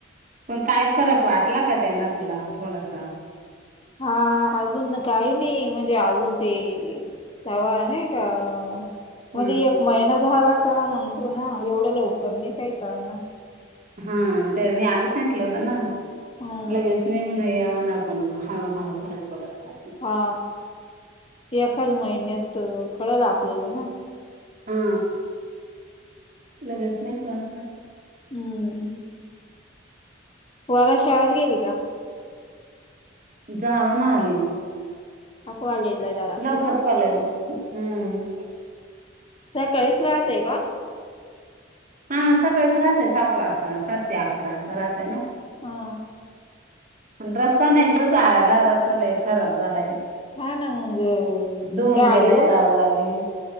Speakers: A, on the right; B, on the left.
A: पण काय फरक वाटला का त्यांन तुला थोडासा
B: हा अजून काही नही, म्हणजे अजून ते तवा नई का
A: हम्म
B: म्हणजे एक महिना झाला का मंग ते ना एवढं लवकर नाय काही कळणार
A: हा त्यानी आधीच सांगितलं होत
B: हम्म
A: लगेच नाय म्हणून नाय हे व्हणार पण हळु हळु फरक पडल आस
B: हा एकच महिन्यात कळल आपल्याली ना
A: हा लगेच नाही कळणार
B: हम्म पोरं शाळेत गेली का?
A: जाऊन आली.
B: तो कॉलेजला जात असेल
A: लवकर
B: ना
A: कॉले हम्म
B: सकाळीच राहतय का?
A: हा सकाळीच राहतय सात वाजता सात ते अकरा असं राहतय ना
B: हा
A: पण रस्ता नाही ग जायाला रस्ता लय खराब झालाय.
B: हा ना मग
A: धुऊन
B: गाडीवर
A: गेलाय जाग जागी